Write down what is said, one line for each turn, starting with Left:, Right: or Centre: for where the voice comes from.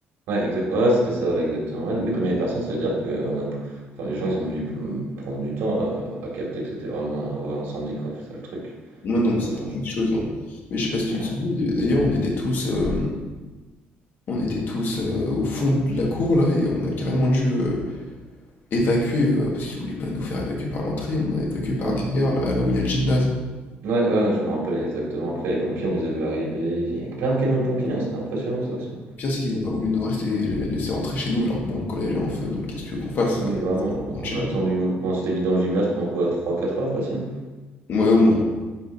Right: Ouais, exactement, ouais, c'était ça, voilà, exactement. Ouais, mais comme il n'y avait personne, ça veut dire que on a... enfin, les gens ils ont dû mm, prendre du temps à, à capter que c'était vraiment un vrai incendie, quoi. C'est ça le truc
Left: Non,
Right: qui
Left: non,
Right: était
Left: mais
Right: un
Left: c'était
Right: peu dangereux.
Left: quelque chose. hein. Mais je sais pas si tu
Right: Ouais,
Left: te souviens, d'ailleurs, d'ailleurs, on était tous, euh, on était tous euh, au fond de la cour, là, et on a carrément dû. euh, évacuer, heu, parce qu'ils voulaient pas nous faire évacuer par l'entrée, on a évacué par
Right: Hmm.
Left: derrière, là là où il y a le gymnase.
Right: ouais, ouais, je me rappelle exactement. Après, les pompiers, on les a vus arriver, avec plein de camions de pompiers, hein, c'était impressionnant ça aussi.
Left: Le pire, c'est qu'ils ont pas voulu nous rester les laisser rentrer chez nous, alors que bon, le collège est en feu, donc qu'est-ce que tu veux qu'on fasse,
Right: Oui,
Left: heu,
Right: vraiment,
Left: rentre
Right: on
Left: chez
Right: a
Left: nous?
Right: attendu. on- bon, on s'était mis dans le gymnase pendant quoi? trois quatre heures facile.
Left: Ouais, au moins. On avait